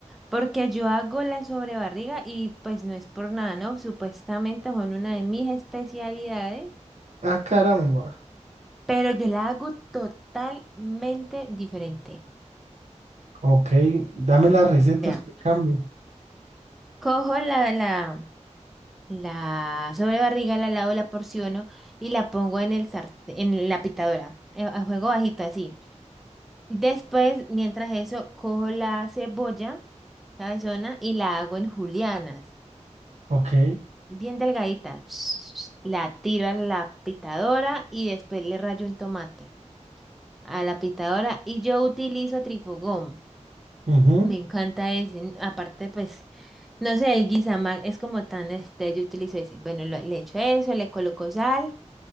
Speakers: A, in the centre; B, on the right.
A: Porque yo hago la sobrebarriga y pues no es por nada, ¿no? Supuestamente son una de mis especialidades,
B: Ah, caramba.
A: pero yo la hago totalmente diferente.
B: Ok, dame la receta,
A: Vea,
B: explícame.
A: cojo la, la, la sobrebarriga, la lavo, la porciono y la pongo en el sartén, en la pitadora, eh, a fuego bajito así. Después, mientras eso, cojo la cebolla cabezona y la hago en julianas.
B: Ok,
A: bien delgadita. <tsk> La tiro a la pitadora y después le rayo un tomate a la pitadora y yo utilizo trifugón.
B: ujú,
A: Me encanta ese. n- Aparte, pues, no sé, el guisamag es como tan este, yo utilizo ese. Bueno, lo- le echo eso, le coloco sal